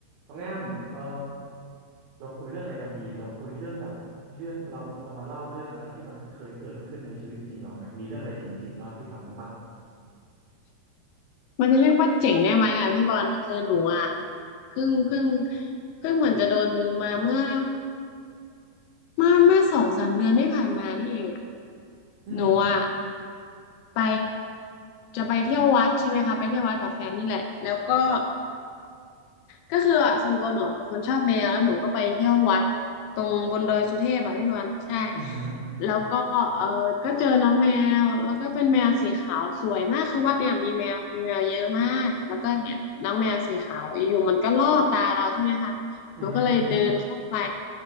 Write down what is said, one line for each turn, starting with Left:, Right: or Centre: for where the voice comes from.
Right: น้องแอมเออเราคุยเรื่องอะไรกันดีเราคุยเรื่องแบบเรื่องเราเรามาเล่าเรื่องอะไรที่มันเคยเกิดขึ้นในชีวิตจริงเราไหมมีเรื่องอะไรจริงๆเล่าให้พี่ฟังบ้างปะ
Left: มันจะเรียกว่าเจ๋งได้ไหมอ่ะพี่บอลมันคือหนูอ่ะเพิ่งเพิ่งเพิ่งเหมือนจะโดนมาเมื่อเมื่อเมื่อสองสามเดือนที่ผ่านมานี่เองอ่ะ
Right: อืม
Left: หนูอ่ะไปจะไปเที่ยววัดใช่ไหมคะไปเที่ยววัดกับแฟนนี่แหละแล้วก็ ก็คืออ่ะส่วนตัวหนูเป็นคนชอบแมวแล้วหนูก็ไปเที่ยววัดตรงบนดอยสุเทพอ่ะพี่วันใช่
Right: อือหือ
Left: แล้วก็เออก็เจอน้องแมวแล้วก็เป็นแมวสีขาวสวยมากคือวัดเนี่ยมีแมวมีแมวเยอะมากแล้วก็เนี่ยน้องแมวสีขาวอยู่ๆมันก็ล่อตาเราใช่ไหมคะหนูก็เลยเดินเข้าไป
Right: อือหือ